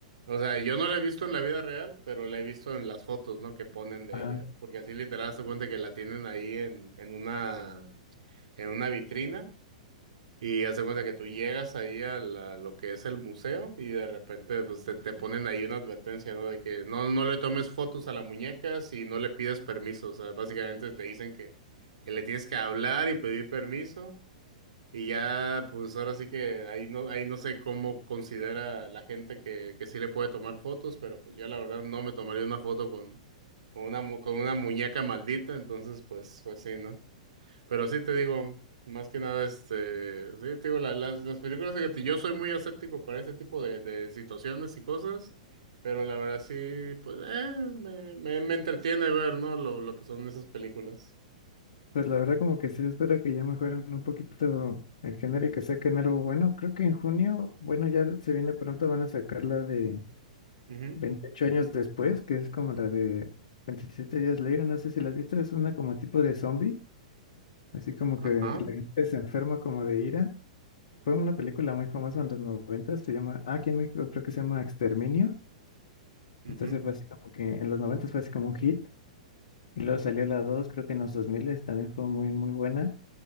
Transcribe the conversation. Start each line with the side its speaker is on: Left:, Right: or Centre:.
Right: O sea, yo no la he visto en la vida real, pero la he visto en las fotos, ¿no? Que ponen de
Left: Ajá.
Right: ella. Porque así literal se cuenta que la tienen ahí en, en una. en una vitrina y haz de cuenta que tú llegas ahí a la- lo que es el museo y de repente pues, te, te ponen ahí una advertencia, ¿no? De que no, no le tomes fotos a la muñeca si no le pides permiso. O sea, básicamente te dicen que, que le tienes que hablar y pedir permiso. Y ya, pues ahora sí que ahí no, ahí no sé cómo considera la gente que, que sí le puede tomar fotos, pero pues yo la verdad no me tomaría una foto con, con una, mu- con una muñeca maldita, entonces pues, pues sí, ¿no? Pero sí te digo, más que nada, este, sí te digo, la- las, las películas, fíjate, yo soy muy escéptico para ese tipo de, de situaciones y cosas, pero la verdad sí, pues, eh, me, me, me entretiene ver, ¿no? Lo, lo que son esas películas.
Left: Pues la verdad como que sí, espero que ya mejoren un poquito el género y que saquen algo bueno. Creo que en junio, bueno, ya se viene pronto, van a sacar la de
Right: Ujú,
Left: 28 años después, que es como la de 27 días later, no sé si la has visto, es una como tipo de zombie, así como
Right: Ajá.
Left: que la gente se enferma como de ira. Fue una película muy famosa en los 90, se llama, ah, aquí en México creo que se llama Exterminio.
Right: ujú,
Left: Entonces fue así como que en los noventas fue así como un hit. Y luego salió la dos creo que en los 2000 también fue muy, muy buena.